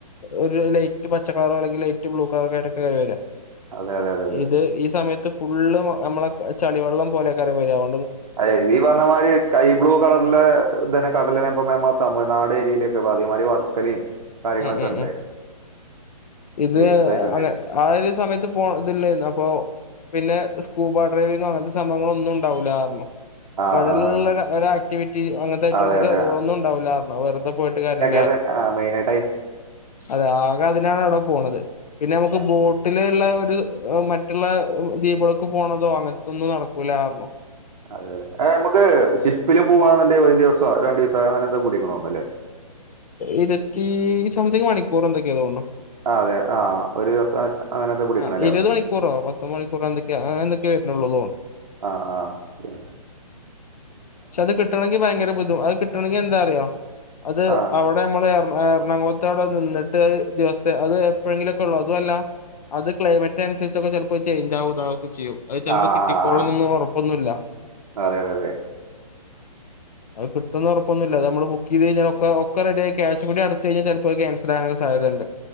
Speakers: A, on the left (about 75°); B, on the right (about 65°).
A: ഒരു ലൈറ്റ് പച്ചക്കളർ അല്ലെങ്കിൽ ലൈറ്റ് ബ്ലൂ കളർ ആട്ടൊക്കെ കാര് വരാ
B: അതെ അതെ അതെ അതെ
A: ഇത് ഈ സമയത്ത് ഫുള്ള് നമ്മളെ ചളിവെള്ളം പോലെ കാര്യം വരാവ
B: അതെ ഈ പറഞ്ഞ മാതിരി സ്കൈ ബ്ലൂ കളറിലെ ഇതെ കടലിനെ ഇപ്പ മാൻ മാത്താമ നാട് രിയയില ാതിമാരി വർക്കലിൻ കാര്യങ്ങളൊക്കെ
A: ഉം ഉം
B: ഉണ്ട്
A: ഉം ഇത്
B: ബീച്ച് സൈഡൊക്കെ
A: അങ്ങ ആ ഒരു സമയത്ത് പോ ഇതില്ലേരുന്ന അപ്പൊ പിന്നെ സ്കൂബ ഡ്രൈവിംങ്ങോ അങ്ങനത്തെ സംഭവങ്ങളോന്നും ഉണ്ടാവൂലാർന്നു
B: ആ ആ,
A: കടലുള്ള ഒരാ ആക്ടിവിറ്റി അങ്ങനത്തെ ഏറ്റും
B: അതെ
A: ഒരു
B: അതെ
A: ഒന്നും ഉണ്ടാവില്ലാർന്ന് വെറുതെ പോയിട്ട് കാര്യണ്ടാ
B: അതെ ആ മൈനായി
A: അതെ ആകെ അതിനാണ് അവിടെ പോണത് പിന്നെ നമുക്ക്
B: അതെ
A: ബോട്ടില് റ്റുള്ളഒരു മറ്റുള്ള ദ്വീപകൾക്ക് പോണതോ അങ്ങനത്തൊന്നും നടക്കൂല്ലാർന്നു
B: അതെ അതെ അ നമുക്ക് ഷിപ്പില് പോവാന്നുണ്ടെ ഒരു ദിവസോ രണ്ടിസോ അങ്ങനെ എന്തോ പിടിക്കണോന്നല്ലേ
A: ഇരത്തി സംതിങ് മണിക്കൂർ എന്തൊക്കെയാതോന്നു
B: ആ അതെ ആ ഒരു ദിവസം അങ്ങനെ എന്താ പിടിക്കണല്ലേ
A: ആ ഇരുപത് മണിക്കൂറോ പത്ത് മണിക്കൂറോ എന്തൊക്കെയയന്ന് ള്ളതോ <unintelligible>
B: ആഹ് ആഹ അതന്നെ
A: പക്ഷെ അത് കിട്ടണെങ്കി ഭയങ്കര ബുദ്ധുഅത് കിട്ടണെങ്കിൽ എന്താറിയോ അത്
B: ആഹ്
A: അവിടെ നമ്മളെർ എറണാകുളത്തടെ നിന്നിട്ട് ദിവസേ അത് എപ്പോഴെങ്കിലൊക്കെഉള്ളു അതുഅല്ല അത് ക്ലൈമറ്റ് അനുസരിച്ചൊക്കെ ചിലപ്പോ ചേഞ്ച് ആവൂതാവു ചെയ്യും അത് ചിലപ്പോ
B: ആഹ് ആഹ്
A: കിട്ടിക്കോളന്ന്ന്നൊന്നും
B: ആഹ്
A: ഉറപ്പൊന്നുമില്ല
B: അതെ അതെ അതെ
A: അത് കിട്ടുന്ന് ഉറപ്പൊന്നുമില്ല അത് നമ്മള് ബുക്ക് ചെയ്ത്കിഞ്ഞാൽക്ക ഒക്ക റെഡിയ ക്യാഷ് കുടി അടച്ച് കഴിഞ്ഞാ ചിലപ്പോ അത് ക്യാൻസലാകാൻ സധ്യത ഉണ്ട്